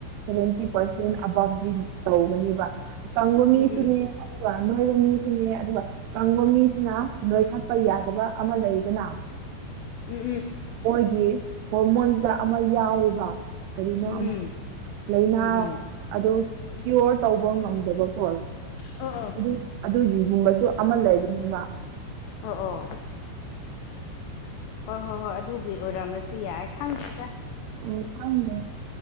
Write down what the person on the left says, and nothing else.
ꯎꯝ
ꯎꯝ ꯎꯝ
ꯎꯝ ꯎꯝ
ꯎꯝ ꯎꯝ ꯎꯝ
ꯑꯣ ꯑꯣ
ꯑꯣ ꯑꯣ ꯍꯣꯏ ꯍꯣꯏ ꯍꯣꯏ ꯑꯗꯨꯒꯤ ꯑꯣꯏꯔꯝꯂꯁꯨ ꯌꯥꯏ ꯈꯪꯗꯦ